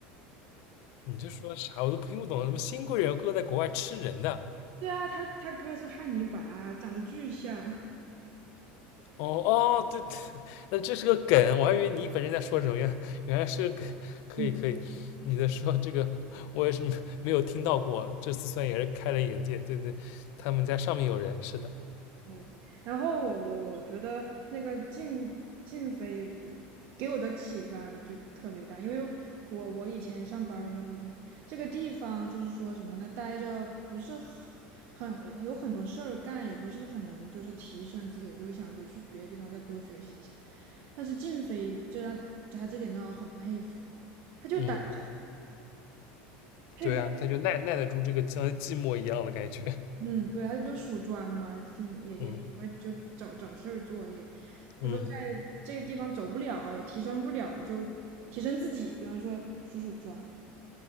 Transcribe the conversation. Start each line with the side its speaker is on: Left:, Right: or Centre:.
Left: 你就说啥我都听不懂，什么新贵人哥在国外吃人的，
Right: 对啊，他他哥是汉尼拔，长得巨像。<laughs>
Left: 哦哦，对，对那这是个梗，我还以为你本身在说什么，原原来是个梗，可以可以，
Right: 嗯，
Left: 你在说这个我也是没没有听到过，这次算也是开了眼界，对对，他们家上面有人，是的，
Right: 对，然后我我我觉得那个静静飞给我的启发就特别大，因为我我以前上班儿的时候，我觉得这个地方就是说什么呢，待着不是很很有很多事儿干，也不是很能就是提升自己，我就想说去别的地方再多学习一下。但是静飞这让他这点让我很佩服，他就待着，
Left: 嗯，
Right: 他也不。
Left: 对啊，他就耐耐得住这个像寂寞一样的感觉，
Right: 嗯，对，他就不是属砖嘛，挺也也挺会就找找事儿做的，
Left: 嗯
Right: 也就说在这个地方走不了，
Left: 嗯，
Right: 也提升不了，就提升自己，比方说数数砖，